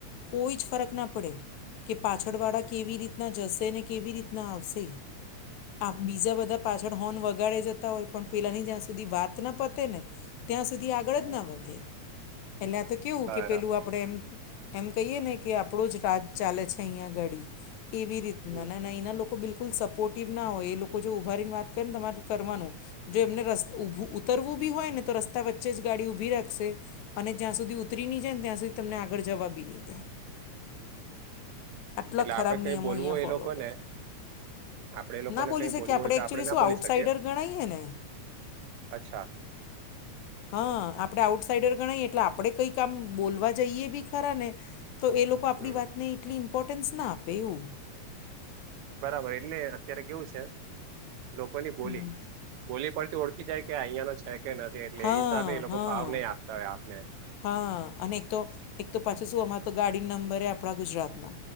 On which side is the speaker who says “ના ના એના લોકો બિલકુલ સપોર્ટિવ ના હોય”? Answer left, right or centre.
Left